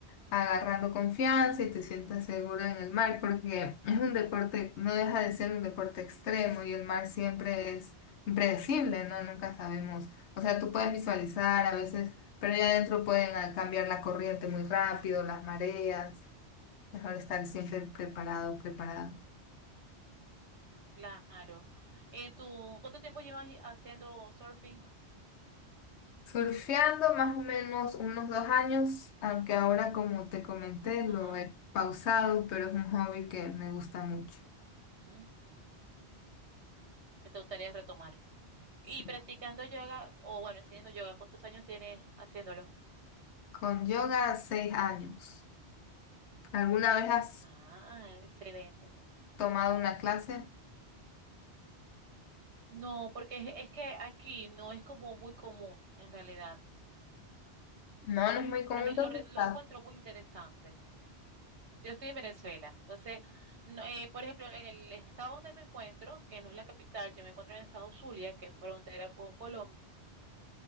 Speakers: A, on the left; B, on the right.
A: agarrando confianza y te sientas seguro en el mar, porque es un deporte, no deja de ser un deporte extremo y el mar siempre es impredecible, ¿no? Nunca sabemos. O sea, tú puedes visualizar
B: Claro,
A: a veces, pero ya adentro pueden ah, cambiar la corriente muy rápido, las mareas. Mejor estar siempre preparado, preparada.
B: claro. En tu, ¿cuánto tiempo llevas y- haciendo surfing?
A: Surfeando más o menos unos dos años, aunque ahora como te comenté lo
B: Ajá,
A: he pausado, pero es un hobby que me gusta mucho.
B: ujú, que te gustaría retomar. Y
A: Sí.
B: practicando yoga, o bueno, enseñando yoga, ¿cuántos años tienes haciéndolo?
A: Con yoga, seis años. ¿Alguna vez has
B: Ah, excelente.
A: tomado una clase?
B: No, porque es, es que aquí no es como muy común en realidad,
A: No, no es muy común.
B: pero me-
A: ¿Dónde
B: lo, re-
A: estás?
B: lo encuentro muy interesante. Yo estoy en Venezuela, entonces, no, eh, por ejemplo, en el estado donde me encuentro, que no es la capital, yo me encuentro en el estado Zulia, que es frontera con Colombia,